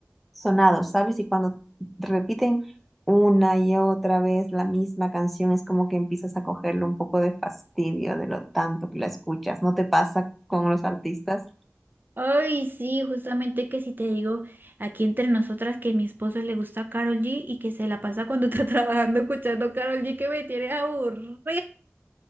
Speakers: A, in the centre; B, on the right.
A: sonados, ¿sabes? Y cuando repiten una y otra vez la misma canción, es como que empiezas a cogerle un poco de fastidio de lo tanto que la escuchas. ¿No te pasa con los artistas? <laughs>
B: Ay, sí, justamente que si te digo aquí entre nosotras que a mi esposo le gusta Karol G y que se la pasa cuando está <laughs> trabajando escuchando Karol G que me tiene aburrida.